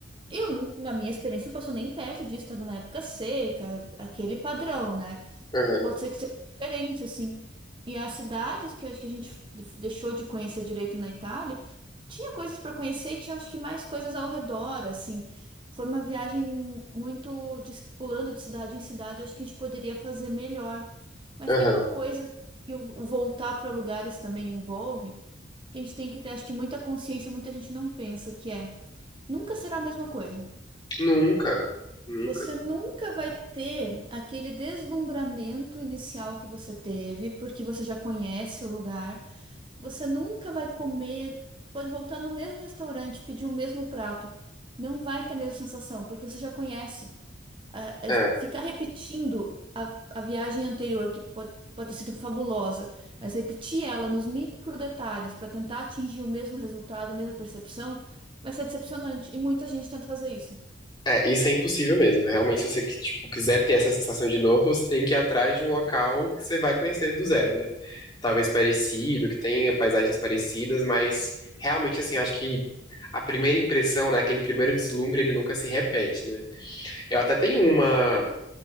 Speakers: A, on the right; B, on the left.
A: eu não, na minha experiência não passou nem perto disso, estava na época seca, aquele padrão, né?
B: Aham,
A: Pode ser que seja diferente, assim. E as cidades que acho que a gente de- deixou de conhecer direito na Itália, tinha coisas para conhecer e tinha acho que mais coisas ao redor, assim. Foi uma viagem muito de, pulando de cidade em cidade, acho que a gente poderia fazer melhor. Mas
B: aham.
A: tem uma coisa que o o voltar para lugares também envolve, que a gente tem que ter, acho que muita consciência, muita gente não pensa, que é nunca será a mesma coisa.
B: Nunca, nunca.
A: Você nunca vai ter aquele deslumbramento inicial que você teve, porque você já conhece o lugar. Você nunca vai comer. Você pode voltar no mesmo restaurante, pedir o mesmo prato. Não vai ter a mesma sensação, porque você já conhece. Ah, é,
B: É.
A: Ficar repetindo a, a viagem anterior, que pode, pode ter sido fabulosa, mas repetir ela nos micro detalhes para tentar atingir o mesmo resultado, a mesma percepção, vai ser decepcionante. E muita gente tenta fazer isso.
B: É, isso é impossível mesmo. Realmente, se você que, tipo, quiser ter essa sensação de novo, você tem que ir atrás de um local que você vai conhecer do zero, né? Talvez parecido, que tenha paisagens parecidas, mas realmente, assim, eu acho que a primeira impressão, né, aquele primeiro deslumbre, ele nunca se repete, né? Eu até tenho uma